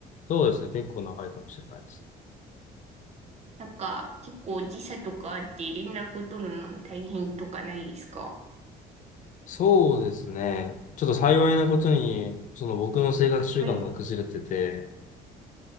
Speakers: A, on the left; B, on the right.
A: そうですね。結構長いかもしれないです。
B: なんか、結構時差とかあって連絡取るの大変とかないですか
A: そうですね。ちょっと幸いなことに、その僕の生活習慣が崩れてて、
B: はい。